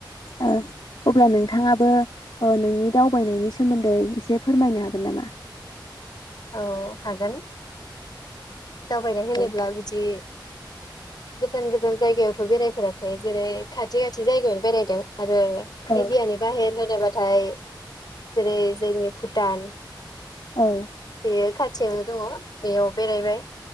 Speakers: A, on the left; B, on the left.
A: ओ। अब्ला नोंथाङाबो ओ नोंनि दावबायनायनि सोमोन्दै एसे फोरमायनो हागोन नामा?
B: औ हागोन। दावबायनाय होनोब्ला
A: औ
B: बिदि गोजान गो जान जायगायावथ' बेरायफेराखै, जेरै खाथि खाथि जायगायावनो बेरायदों आरो
A: औ
B: इण्डियानि बाहेर होनोबाथाय जेरै जोंनि भुटान।
A: औ।
B: बेयो खाथियावनो दङ, बेयाव बेरायबाय।